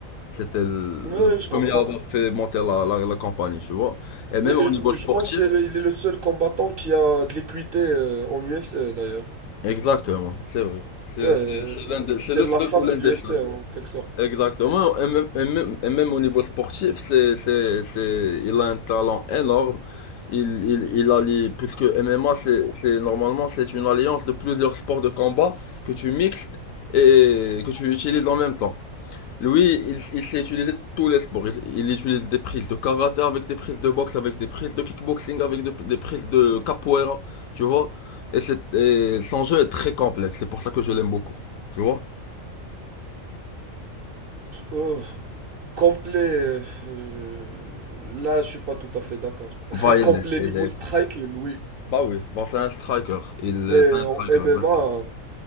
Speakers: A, on the left; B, on the right.
A: C'était le
B: Ouais,
A: le
B: je comprends.
A: premier à avoir fait monter la, la, la compagnie, tu vois. Et même
B: Mais,
A: au
B: euh,
A: niveau sportif.
B: je pense qu'il est le seul combattant qui a de l'équité euh, en UFC, d'ailleurs.
A: Exactement, c'est vrai. C'est
B: Ouais, euh,
A: c'est- c'est l'un des- c'est
B: c'est
A: le
B: la
A: seul
B: face
A: ou l'un
B: de
A: des
B: l'UFC,
A: seuls.
B: en quelque sorte.
A: Exactement. Et même, et même, et même au niveau sportif, c'est, c'est, c'est, il a un talent énorme. Il, il, il allie, puisque MMA, c'est, c'est, normalement, c'est une alliance de plusieurs sports de combat que tu mixtes et que tu utilises en même temps. Lui, il, il sait utiliser tous les sports. Il, il utilise des prises de karaté avec des prises de boxe, avec des prises de kickboxing, avec de- des prises de capoeira, tu vois. Et, c'est- et son jeu est très complexe, c'est pour ça que je l'aime beaucoup, tu vois.
B: Euh, Complet, euh, euh, là je suis pas tout à fait d'accord.
A: Bah,
B: <laughs>
A: il
B: Complet
A: est, il
B: niveau
A: est-
B: striking, oui.
A: bah oui, bon, c'est un striker. Il,
B: Mais
A: c'est un
B: en
A: striker,
B: MMA,
A: exactement.
B: euh,